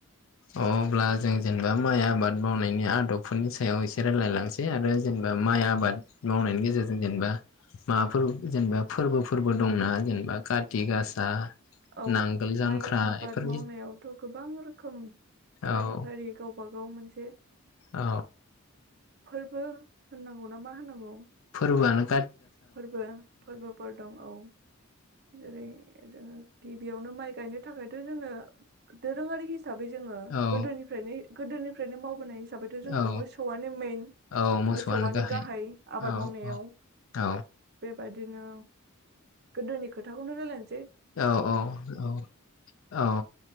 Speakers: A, on the left; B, on the right.
A: अ अब्ला जों जेनेबा माइ आबाद मावनायनि आदबफोरनि सायाव एसे रायलायलांसै आरो जेनोबा माइ आबाद मावनायनि गेजेरजों जेनोबा माबाफोर जेनोबा फोरबोफोरबो दंना जेनोबा काति गासा
B: औ
A: नांगोल जांख्रा
B: माइ आबाद
A: बेफोरनि
B: मावनायावथ' गोबां रोखोम फारि
A: औ
B: फारि गाव गावबागाव मोनसे
A: औ।
B: फोरबो होननांगौ ना मा होनांगौ?
A: फोरबोयानो
B: फोरबो फोरबोफोर दङ' औ जेरै जोङो गिबियावनो माइ गायनो थाखायथ' जोङो दोरोङारि हि साबै जोङो
A: औ
B: गोदोनिफ्रायनो गोदोनिफ्रायनो मावबोनाय हिसाबैथ' जोंनो
A: औ
B: मोसौयानो मेन
A: औ मोसौआनो
B: मोसौयानो गाहाय आबाद
A: औ
B: मावनायाव।
A: औ औ।
B: बायदिनो गोदोनि खोथाखौनो रायलायनो
A: औ औ औ औ।